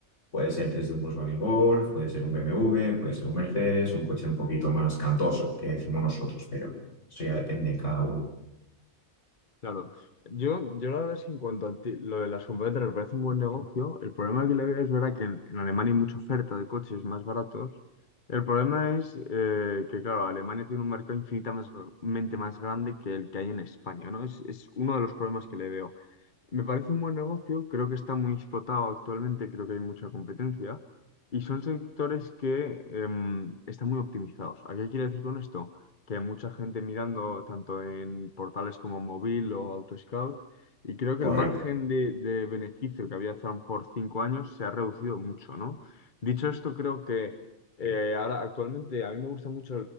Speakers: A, on the left; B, on the left.
A: puede ser desde un Volkswagen Golf, puede ser un BMW, puede ser un Mercedes, un coche un poquito más cantoso, que decimos nosotros, pero eso ya depende de cada uno.
B: claro. Yo, yo la verdad es que en cuanto a ti- lo de las compradoras me parece un buen negocio. El problema que le veo es verdad que en, en Alemania hay mucha oferta de coches más baratos. El problema es eh, que, claro, Alemania tiene un mercado infinitamente más grande que el que hay en España, ¿no? Es, es uno de los problemas que le veo. Me parece un buen negocio, creo que está muy explotado actualmente, creo que hay mucha competencia y son sectores que em, están muy optimizados. ¿A qué quiero decir con esto? Que hay mucha gente mirando tanto en portales como Móvil o AutoScout y creo
A: Correcto.
B: que el margen de, de beneficio que había hace a lo mejor cinco años se ha reducido mucho, ¿no? Dicho esto, creo que eh, ahora actualmente a mí me gusta mucho,